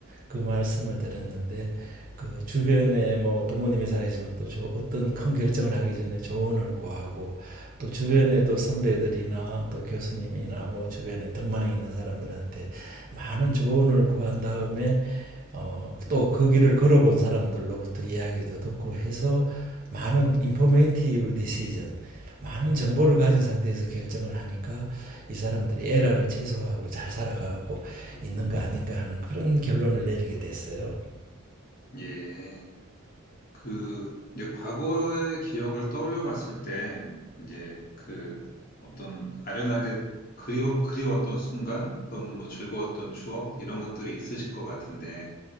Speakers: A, on the right; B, on the left.
A: 그 말씀을 드렸는데 그 주변에 뭐 부모님이 살아계시면 또 저 어떤 큰 결정을 하기 전에 조언을 구하고 또 주변에도 선배들이나 또 교수님이나 뭐 주변에 덕망이 있는 사람들한테 많은 조언을 구한 다음에 어, 또 그 길을 걸어본 사람들로부터 이야기도 듣고 해서 많은 인포메이티브 디시전, 많은 정보를 가진 상태에서 결정을 하니까 이 사람들이 에러를 최소화하고 잘 살아가고 있는 거 아닌가 하는 그런 결론을 내리게 됐어요.
B: 예. 그, 이제 과거의 기억을 떠올려 봤을 때, 이제 그 어떤 아련하게 그리워, 그리웠던 순간 또는 뭐 즐거웠던 추억 이런 것들이 있으실 것 같은데,